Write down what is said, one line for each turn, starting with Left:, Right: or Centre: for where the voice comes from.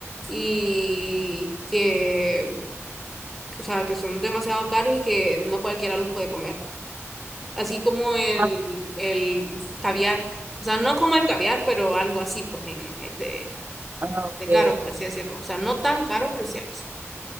Centre: y que, o sea, que son demasiado caros y que no cualquiera los puede comer. Así como el,
Right: Ah,
Centre: el caviar. O sea, no como el caviar, pero algo así, pues, en- eh, de,
Right: ok,
Centre: de caro,
Right: ok.
Centre: por así decirlo. O sea, no tan caro, pero sí algo así.